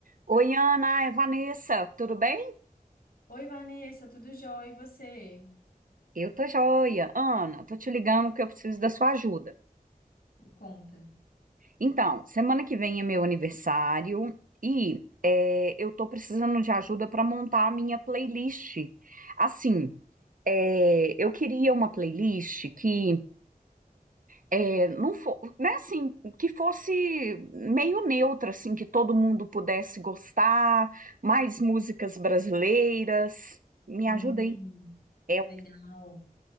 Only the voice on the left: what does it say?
Oi, Vanessa, tudo jóia? E você?
Me conta.
Hum,
legal.